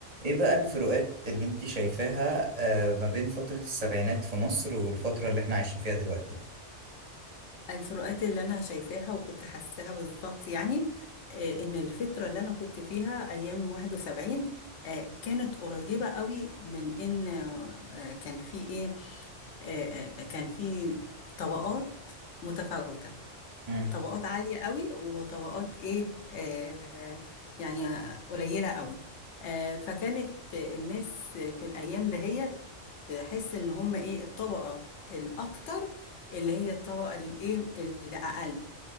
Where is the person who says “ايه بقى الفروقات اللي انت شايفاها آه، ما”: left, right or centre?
Right